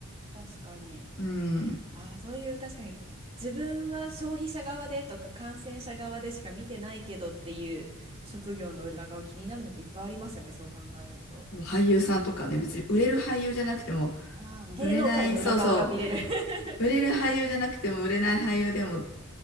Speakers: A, on the right; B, on the left.
A: 確かに。
B: うん。
A: ああ、そういう確かに自分は消費者側でとか感染者側でしか見てないけどっていう職業の裏側気になるのっていっぱいありますよね、そう考えると。
B: 俳優さんとかね、別に売れる俳優じゃなくても、
A: ああ、芸能界の裏側が見れる
B: 売れない、そうそ
A: <laughs>
B: う。売れる俳優じゃなくても、売れない俳優でも、